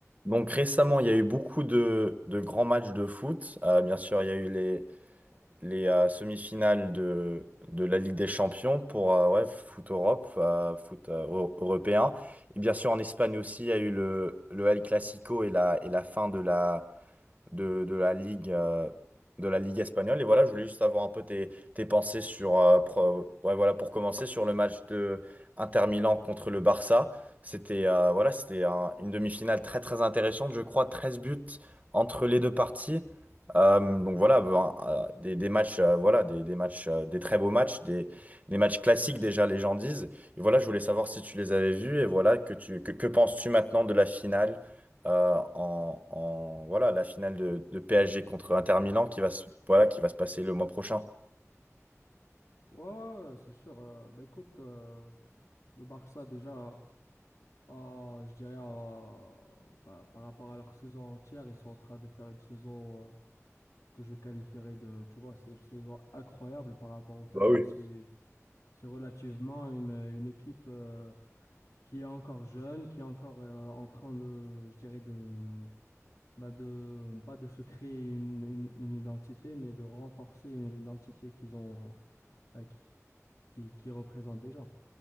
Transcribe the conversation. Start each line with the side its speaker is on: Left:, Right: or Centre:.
Right: Donc récemment, il y a eu beaucoup de, de grands matchs de foot. Euh, bien sûr, il y a eu les, les euh, semi-finales de, de la Ligue des Champions pour euh, ouais, foot Europe, euh, foot euh, eu- européen. Et bien sûr, en Espagne aussi, il y a eu le, le El Clasico et la, et la fin de la, de, de la Ligue, euh, de la Ligue espagnole. Et voilà, je voulais juste avoir un peu tes, tes pensées sur, euh, pro- ouais, voilà, pour commencer, sur le match de Inter Milan contre le Barça. C'était euh, voilà, c'était un- une demi-finale très très intéressante, je crois, 13 buts entre les deux parties. Euh, donc voilà, ben, euh, des, des matchs, euh, voilà, des, des matchs, euh, des très beaux matchs, des, des matchs classiques déjà, les gens disent. Et voilà, je voulais savoir si tu les avais vus et voilà, que tu, que, que penses-tu maintenant de la finale? euh, en, en- voilà, la finale de, de PSG contre Inter Milan qui va se, voilà, qui va se passer le mois prochain.
Left: Ouais, ouais, ouais, c'est sûr. Euh, bah écoute, euh, le Barça déjà, euh, je dirais euh, bah, par rapport à leur saison entière, ils sont en train de faire une saison euh, que je qualifierais de, tu vois, c'est une saison incroyable par rapport au fait
Right: Bah
Left: que
Right: oui.
Left: c'est c'est relativement une, une équipe euh, qui est encore jeune, qui est encore euh, en train de, je dirais de, bah de pas de se créer une, une, une identité, mais de renforcer une identité qu'ils ont, bah, qui, qui qui représente déjà.